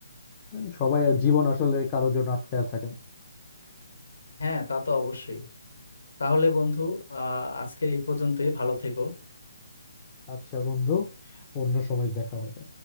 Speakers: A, on the left; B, on the left.
A: মানে সবাই জীবন আসলে কারোর জন্য আটকায়া থাকে না
B: হ্যাঁ তা তো অবশ্যই তাহলে বন্ধু আহ আজকের এই পর্যন্তই ভালো থেকো
A: আচ্ছা বন্ধু অন্য সময় দেখা হবে